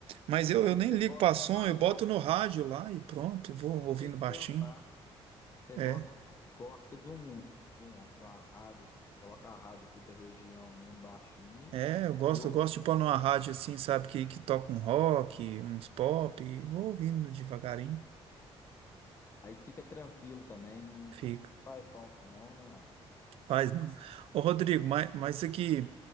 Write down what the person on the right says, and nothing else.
Mas eu,
eu nem
ligo
pra som,
eu boto
no rádio lá e pronto, eu vou ouvindo
baixinho.
É,
é, eu gosto,
eu gosto
de pôr
numa rádio assim, sabe, que, que toca um rock, uns pop, e vou ouvindo devagarinho,
fica.
Faz não. Ô, Rodrigo, mas, mas isso aqui,